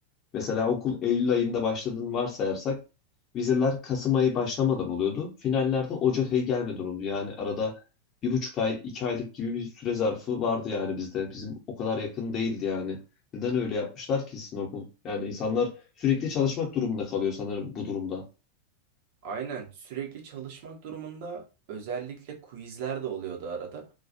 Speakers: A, on the left (about 30°); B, on the right (about 50°).
A: Mesela okul Eylül ayında başladığını varsayarsak vizeler Kasım ayı başlamadan oluyordu. Finallerde Ocak ayı gelmeden oldu. Yani arada bir buçuk ay, iki aylık gibi bir süre zarfı vardı yani bizde. Bizim o kadar yakın değildi yani. Neden öyle yapmışlar ki sizin okul? Yani insanlar sürekli çalışmak durumunda kalıyor sanırım bu durumda.
B: Aynen sürekli çalışmak durumunda özellikle quizler de oluyordu arada.